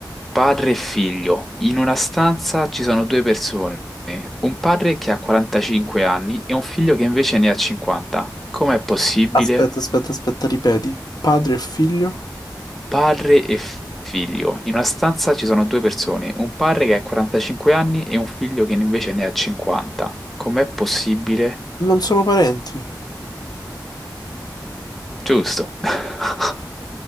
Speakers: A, in the centre; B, on the left.
A: Padre e figlio. In una stanza ci sono due persone, un padre che ha 45 anni e un figlio che invece ne ha 50. Com'è possibile?
B: Aspetta, aspetta, aspetta, ripeti. Padre e figlio
A: Padre e f- figlio. In una stanza ci sono due persone, un padre che ha 45 anni e un figlio che invece ne ha 50. Com'è possibile?
B: non sono parenti.
A: Giusto. <laughs>